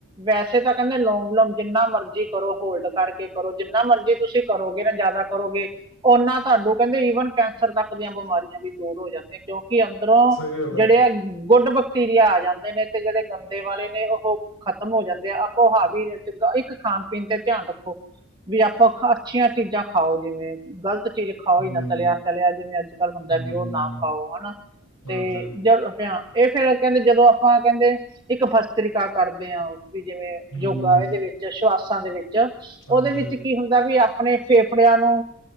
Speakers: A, on the right; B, on the left.
A: ਵੈਸੇ ਤਾਂ ਕਹਿੰਦੇ ਲੋਮ ਵਿਲੋਮ ਜਿੰਨਾ ਮਰਜ਼ੀ ਕਰੋ ਹੋਲਡ ਕਰਕੇ ਕਰੋ ਜਿੰਨਾ ਮਰਜ਼ੀ ਤੁਸੀਂ ਕਰੋਗੇ ਨਾ ਜ਼ਿਆਦਾ ਕਰੋਗੇ ਓਨਾ ਤੁਹਾਨੂੰ ਕਹਿੰਦੇ ਈਵਨ ਕੈਂਸਰ ਤੱਕ ਦੀਆਂ ਬਿਮਾਰੀਆਂ ਵੀ ਦੂਰ ਹੋ ਜਾਂਦੇਆਂ ਕਿਉਂਕਿ ਕਿ ਅੰਦਰੋਂ
B: ਸਹੀ ਗੱਲ
A: ਜਿਹੜੇ
B: ਹੈ
A: ਆ ਗੁੱਡ ਬੈਕਟੀਰੀਆ ਆ ਜਾਂਦੇ ਨੇ ਤੇ ਜਿਹੜੇ ਗੰਦੇ ਵਾਲੇ ਉਹ ਖ਼ਤਮ ਹੋ ਜਾਂਦੇ ਆ ਆਪੋ ਉਹ ਹਾਵ ਵੀ ਚੰਗਾ ਇੱਕ ਖਾਣ ਪੀਣ ਤੇ ਧਿਆਨ ਰੱਖੋ ਵੀ ਆਪਾਂ ਅੱਛੀਆਂ ਚੀਜ਼ਾਂ ਖਾਓ ਜਿਵੇਂ ਗ਼ਲਤ ਚੀਜ਼ ਖਾਓ ਹੀ
B: ਹਮ
A: ਨਾ ਤਲਿਆ ਚਲਿਆ ਜਿਵੇਂ ਅੱਜ ਕੱਲ੍ਹ ਹੁੰਦਾ
B: ਹਮ
A: ਵੀ ਉਹ ਨਾ ਖਾਓ ਹਨਾ
B: ਹਾਂਜੀ
A: ਤੇ ਜ ਇਹ ਫੇਿਰ ਕਹਿੰਦੇ ਜਦੋਂ ਆਪਾਂ ਕਹਿੰਦੇ ਇੱਕ ਫਸਤਰੀ ਕਰਦੇ ਹ ਵੀ ਜਿਵੇਂ
B: ਹਮ
A: ਯੋਗਾ ਇਹਦੇ ਵਿੱਚ ਸ਼ਵਾਸਾਂ ਦੇ ਵਿੱਚ
B: ਹਾਂਜੀ
A: ਉਹਦੇ ਵਿੱਚ ਕੀ ਹੁੰਦਾ ਵੀ ਆਪਣੇ ਫੇਫੜਿਆਂ ਨੂੰ